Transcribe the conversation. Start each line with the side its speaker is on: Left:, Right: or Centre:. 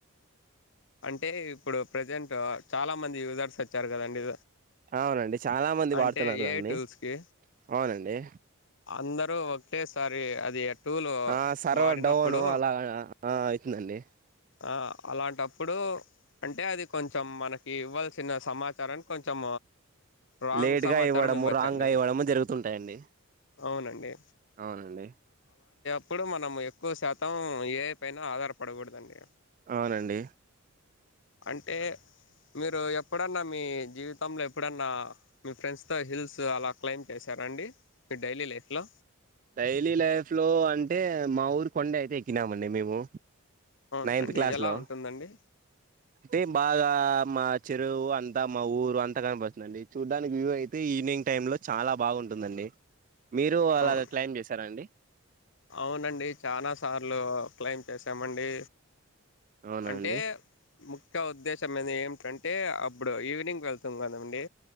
Left: అంటే ఇప్పుడు ప్రజెంట్ చాలా మంది యూజర్స్ వచ్చారు కదండి
Right: అవునండి చాలా మంది
Left: అంటే
Right: వాడుతున్నారు
Left: ఏఐ
Right: దాన్ని
Left: టూల్స్కి
Right: అవునండి
Left: అందరూ ఒక్కేసారి అది టూల్
Right: ఆహ్ సర్వర్
Left: వాడినప్పుడు
Right: డౌను అలా ఆహ్ అయితుందండి
Left: ఆహ్ అలాంటప్పుడు అంటే అది కొంచెం మనకి ఇవ్వాల్సిన సమాచారాన్ని కొంచెం రాంగ్
Right: లేట్
Left: సమాచారం
Right: గా ఇవ్వడము
Left: ఇవ్వచ్చండి
Right: రాంగ్ గా ఇవ్వడము జరుగుతుంటాయండి
Left: అవునండి
Right: ఆవునండి
Left: ఎప్పుడు మనం ఎక్కువ శాతం ఏఐ పైన ఆధారపడకూడదండి
Right: అవునండి
Left: అంటే మీరు ఎప్పుడన్నా మీ జీవితంలో ఎప్పుడన్నా మీ ఫ్రెండ్స్తో హిల్స్ అలా క్లైంబ్ చేశారండి మీ డైలీ లైఫ్లో
Right: డైలీ లైఫ్ లో అంటే మా ఊరి కొండ అయితే ఎక్కినామండి మేము
Left: అవున
Right: నైన్త్
Left: అండి
Right: క్లాస్
Left: ఎలా
Right: లో
Left: ఉంటుందండి
Right: అంటే బాగా మా చెరువు అంతా మా ఊరు అంతా కనపాచండీ చూడ్డానికి వ్యూ అయితే ఈవినింగ్ టైమ్ లో చాలా బాగుంటుందండి. మీరు అలాగ
Left: అవును
Right: క్లైమ్బ్ చేశారా అండి.
Left: అవునండి చాలా సార్లు క్లైమ్ చేసామండి
Right: అవునండి
Left: అంటే ము ఇంకా ఉద్దేశం అది ఏమిటంటే అప్పుడు ఈవినింగ్ వెళ్తాం కదండి